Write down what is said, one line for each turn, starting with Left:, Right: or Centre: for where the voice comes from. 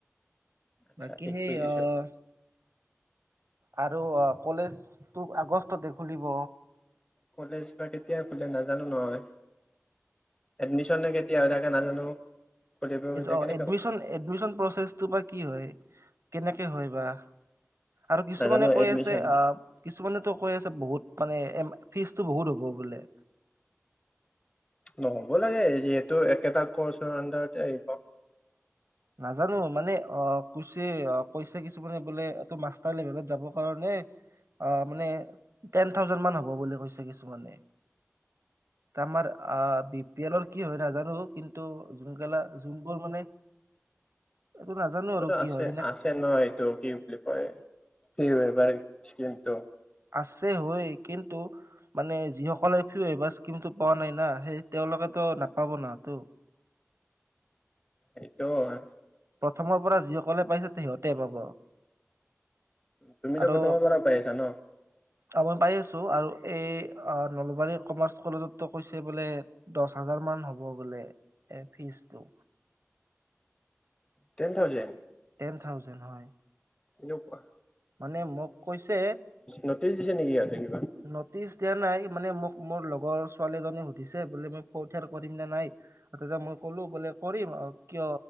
Left: আচ্ছা
Right: বাকী
Left: ঠিক
Right: সেই
Left: কৰি
Right: আহ
Left: আছো।
Right: আৰু কলেজটো আগষ্টতে খুলিব।
Left: কলেজ বা কেতিয়া খোলে নাজানো নহয় এডমিশনে কেতিয়া হৈ থাকে নাজানো খুলিব এতিয়া
Right: অ
Left: কেনেকে
Right: এডমিন এডমিশন প্ৰচছটো বা কি হয় কেনেকে হয় বা আৰু কিছুমানে
Left: নাজানো
Right: কৈ
Left: এডমিশন
Right: আছে আহ কিছুমানেতো কৈ আছে বহুত মানে এ ফিজটো বহুত হ'ব বোলে।
Left: নহব লাগে যিহেতু একেটা কৰ্চৰ আন্ডাৰতে আহিব
Right: নাজানো মানে অ কুছে কৈছে কিছুমানে বোলে এইটো মাষ্টাৰ লেভেলত যাবৰ কাৰণে অ মানে টেন থাউজেড মান হ'ব বুলি কৈছে কিছুমানে ত আমাৰ আহ বি পি এলৰ কি হয় নাজানো কিন্তু যোনকেলা যোনবোৰ মানে এইটো নাজানো
Left: বাত
Right: আৰু কি
Left: আছে
Right: হয় সেনে
Left: আছে নয় এইটো কি বুলি কয় সেই এবাৰ কিন্তু
Right: আছে হয় কিন্তু মানে যি সকলে এবাৰ স্কিম টো পোৱা নাই না সেই তেওঁ লোকে টো নাপাব না তো
Left: এইটো হয়
Right: প্ৰথমৰ পৰা যিসকলে পাইছে সিহঁতে পাব।
Left: তুমিতো
Right: আৰু
Left: প্ৰথমৰ পৰা পাই আছা ন
Right: আপই পাই আছো। আৰু এই নলবাৰী কমাৰ্চ কলেজতো কৈছে বোলে দহ হাজাৰ মান হ'ব বোলে- এ ফিজটো।
Left: টেন থাউজেড
Right: টেন থাউজেণ্ড হয়।
Left: এনে কোৱা
Right: মানে মোক কৈছে
Left: নটিচ দিছে নেকি সিহঁতে কিবা
Right: নটিচ দিয়া নাই মানে মোক মোৰ লগৰ ছোৱালীজনী সুধিছে বোলে মই কঠিয়াৰ কৰিম নে নাই তেতিয়া মই ক'লো বোলে কৰিম অ কিয়